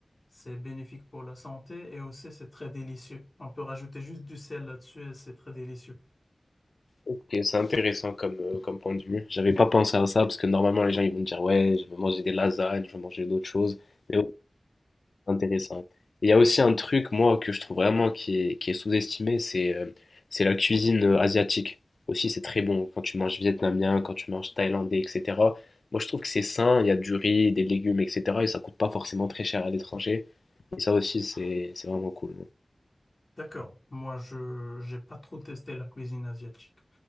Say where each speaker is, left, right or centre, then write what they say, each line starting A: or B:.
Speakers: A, on the left (about 50°); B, on the left (about 80°).
A: C'est bénéfique pour la santé et aussi c'est très délicieux. On peut rajouter juste du sel là-dessus et c'est très délicieux.
B: Ok, c'est intéressant comme, euh, comme point de vue. J'avais pas pensé à ça parce que normalement les gens ils vont me dire ouais, je veux manger des lasagnes, je veux manger d'autres choses. Mais intéressant. Et il y a aussi un truc, moi, que je trouve vraiment qui est, qui est sous-estimé, c'est euh, c'est la cuisine euh, asiatique. Aussi, c'est très bon quand tu manges vietnamien, quand tu manges thaïlandais, etc. Moi, je trouve que c'est sain, il y a du riz, des légumes, etc. Et ça coûte pas forcément très cher à l'étranger. Et ça aussi, c'est c'est vraiment cool.
A: D'accord. Moi, je j'ai pas trop testé la cuisine asiatique.